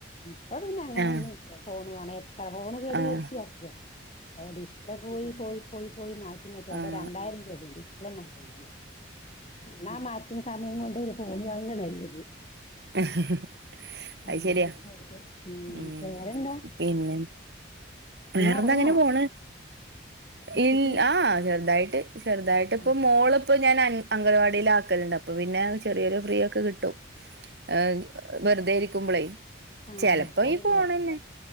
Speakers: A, on the left (about 30°); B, on the right (about 55°).
A: പ്പൊ പിന്നെ അങ്ങന
B: ആഹ്
A: ഒന്നുംത്ത ഫോണ് വേണ എത്ര ഫോണ് കേടു
B: ആഹ്
A: വരുത്തി അറിയോ ഹെ ഡിസ്പ്ലേ പോയി പോയി പോയി പോയി മാറ്റി മാറ്റി അത്
B: ആഹ്
A: രണ്ടായിരം രൂപയാണ് ഡിസ്പ്ലേ മാറ്റുന്നേല ന്നാ മാറ്റുന്ന സമയം കൊണ്ട് ഒരു ഫോൺ വാങ്ങന്നതാ നല്ലത്
B: ഹ ഹ ഹ അയ്
A: അങ്ങനൊക്കെ
B: ശരിയാ
A: ആയിട്ട് ഉം
B: ഉ
A: വേറെന്താ
B: പിന്നെ വേറെന്താ
A: ഇനി ഉറങ്ങോ
B: അങ്ങനെ പോണ്
A: ഉച്ചക്ക്
B: ഇല് ആ ചെറുതായിട്ട് ചെറുതായിട്ട ഇപ്പ
A: ആഹ്
B: മോള ഇപ്പ ഞാൻ അംഗൻവാടിൽ ആക്കലുണ്ട് അപ്പൊ പിന്നെ ചെറിയൊരു ഫ്രീ ഒക്കെ കിട്ടും ആഹ് വെറുതെ ഇരിക്കുമ്പോളേ
A: ആഹ്
B: ചെലപ്പോ
A: അപ
B: ഈ
A: പിന്നെ
B: ഫോണന്നെ
A: കൊഴപ്പല്ല